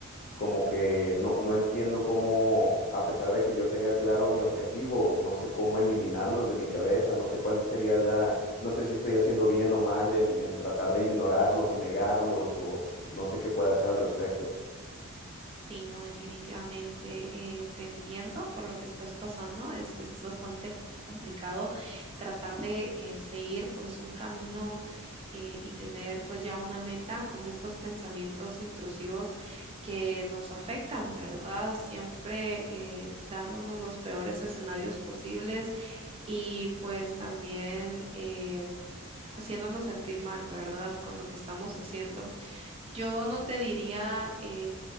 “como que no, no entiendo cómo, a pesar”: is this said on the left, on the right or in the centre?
Left